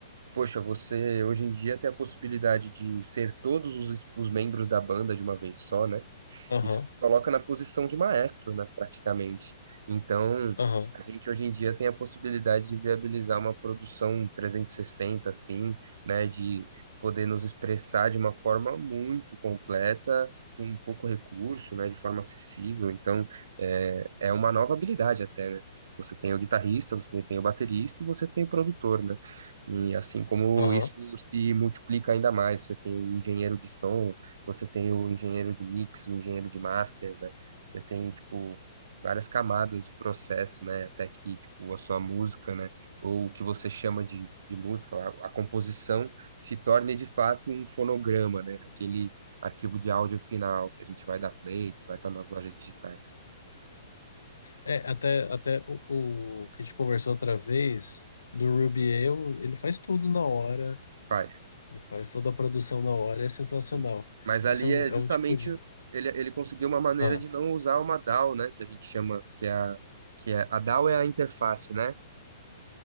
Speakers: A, on the right; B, on the left.
A: Poxa, você hoje em dia tem a possibilidade de ser todos os, os membros da banda de uma vez só, né?
B: Aham,
A: Isso te coloca na posição de maestro, né, praticamente. Então,
B: aham,
A: a gente hoje em dia tem a possibilidade de viabilizar uma produção 360, assim, né, de poder nos expressar de uma forma muito completa, com pouco recurso, né, de forma acessível. Então, é, é uma nova habilidade até, né? Você tem o guitarrista, você tem o baterista e você tem o produtor, né? E assim como
B: aham.
A: isso se multiplica ainda mais, você tem o engenheiro de som, você tem o engenheiro de mix, o engenheiro de master, né? Você tem, tipo, várias camadas de processo, né? Até que, tipo, a sua música, né? Ou o que você chama de, de música, a, a composição se torne de fato um fonograma, né? Aquele arquivo de áudio final que a gente vai dar play, que vai estar nas lojas digitais.
B: É, até, até o, o que a gente conversou outra vez, do Rubiel, ele faz tudo na hora,
A: Faz,
B: ele faz toda a produção na hora, é sensacional.
A: sim. Mas ali
B: Esse é um,
A: é
B: é
A: justamente
B: um tipo de.
A: ele, ele conseguiu uma maneira
B: Ah,
A: de não usar uma DAW, né? Que a gente chama, que é a, que é, a DAW é a interface, né?